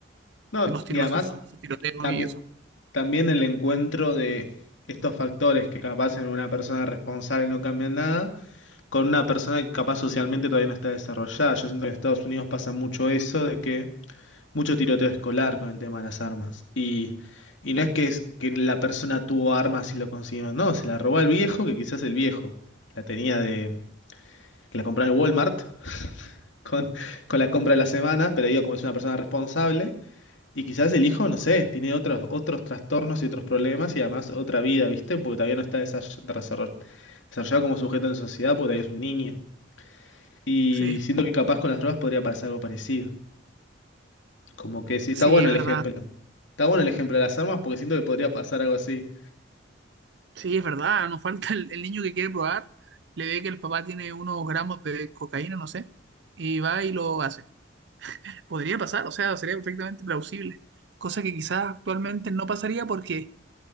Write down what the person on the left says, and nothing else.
No,
y además
también,
también el encuentro de estos factores que capaz en una persona responsable no cambian nada, con una persona que capaz socialmente todavía no está desarrollada. Yo siento que en Estados Unidos pasa mucho eso de que mucho tiroteo escolar con el tema de las armas. Y, y no es que, es que la persona tuvo armas y lo consiguió, no, se la robó al viejo, que quizás el viejo la tenía de... que la compró en el Walmart <laughs> con, con la compra de la semana, pero digo, como es una persona responsable. Y quizás el hijo, no sé, tiene otros, otros trastornos y otros problemas y además otra vida, ¿viste? Porque todavía no está desar- desarroll- desarrollado como sujeto en sociedad porque todavía es un niño. Y
siento que capaz con las drogas podría pasar algo parecido. Como que sí, está
bueno
el
ejemplo. Está bueno el ejemplo de las armas porque siento que podría pasar algo así.